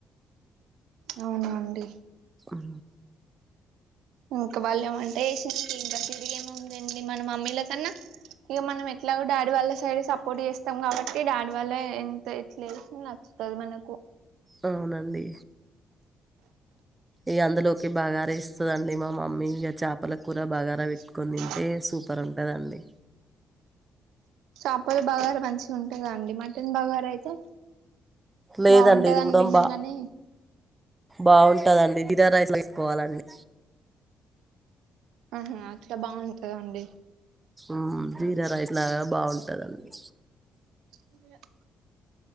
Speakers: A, on the right (about 90°); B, on the right (about 20°).
A: అవునా అండి
B: ఆ
A: ఇంక వాళ్ళు వంట చేసినాక ఇంకా తిరుగు ఏముందండి మన మమ్మీల కన్నా ఇక ఎట్లాగో డాడీ వాళ్ళ సైడ్ సపోర్ట్ చేస్తాం కాబట్టి డాడీ వాళ్ళే ఎంత ఇట్లా చేసిన నచ్చుతది మనకు
B: అవునండి ఇ అందులోకి బాగా అరేస్తుందండి మా మమ్మీ చేపల
A: <inaudible>
B: కూర బగారా పెట్టుకొని తింటే సూపర్ ఉంటదండి
A: చాపల మంచిగా ఉంటాయి కదండి మటన్ బగరా అయితే
B: లేదండి
A: బాగుంటదని
B: ఇది కూడా
A: విన్నాం
B: బా
A: గాని
B: బాగుంటదండి జీరా లైస్ పోవాలండి
A: ఆహా అట్లా బాగుంటదండి
B: ఆ జీరా రైస్ లాగా బాగుంటదండి
A: ఇంగ